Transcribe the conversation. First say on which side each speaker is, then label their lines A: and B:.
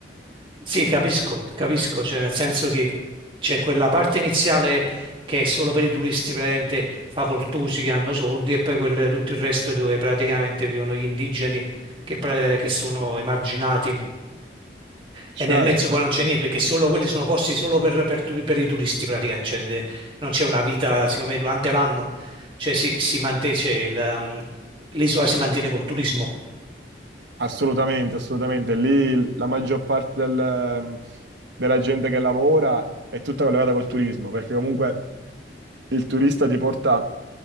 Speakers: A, on the right; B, on the right.
A: Sì, capisco, capisco, cioè nel senso che c'è quella parte iniziale che è solo per i turisti praticamente facoltosi che hanno soldi e poi quel- tutto il resto dove praticamente vivono gli indigeni che, pra- che sono emarginati
B: Certo,
A: e nel mezzo poi non
B: certo.
A: c'è niente perché solo quelli sono posti solo per, per turi- per i turisti praticamente, cioè, de- non c'è una vita, siccome durante l'anno cioè, si, si mantiene, cioè, il, um, l'isola si mantiene col turismo,
B: assolutamente, assolutamente. Lì la maggior parte del, ehm, della gente che lavora è tutta collegata col turismo, perché comunque il turista ti porta